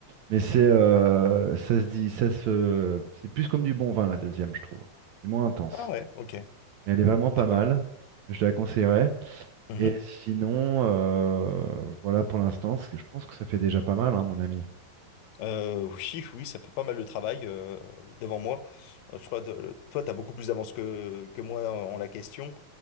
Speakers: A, on the right; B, on the left.
A: Mais c'est, euh, ça se dit, ça se, c'est plus comme du bon vin, la deuxième, je trouve. C'est moins intense.
B: Ah ouais, ok.
A: Mais elle est vraiment pas
B: D'accord.
A: mal. Je te la conseillerais.
B: Mhm.
A: Et sinon, euh, voilà pour l'instant, c'est- je pense que ça fait déjà pas mal, hein, mon ami.
B: Euh, <laughs> oui, oui, ça fait pas mal de travail euh, devant moi. Euh, Je crois que toi, t'as beaucoup plus d'avance que, que moi en la question.